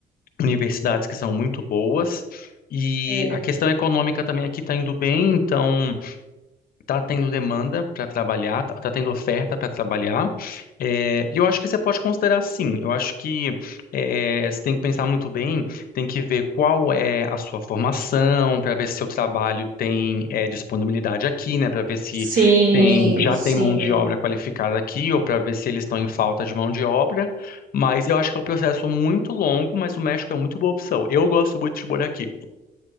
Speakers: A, on the left; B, on the right.
A: universidades que são muito boas. E
B: É.
A: a questão econômica também aqui está indo bem. Então tá tendo demanda para trabalhar, tá, tá tendo oferta para trabalhar. É, e eu acho que você pode considerar sim. Eu acho que é, você tem que pensar muito bem, tem que ver qual é a sua formação, para ver se seu trabalho tem é, disponibilidade aqui, né? Para ver se
B: Sim,
A: tem, já
B: sim.
A: tem mão de obra qualificada aqui, ou para ver se eles estão em falta de mão de obra. Mas eu acho que é um processo muito longo, mas o México é muito boa opção. Eu gosto muito de morar aqui.